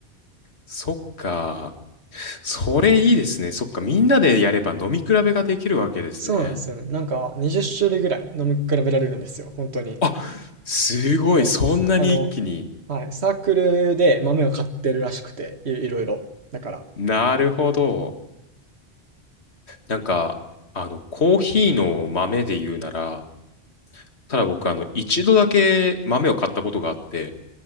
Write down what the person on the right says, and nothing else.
そうなんですよね。なんか20種類ぐらい飲み比べられるんですよ、本当に。
そう。
あの、はい、サークルで豆を買ってるらしくて、いいろいろだから、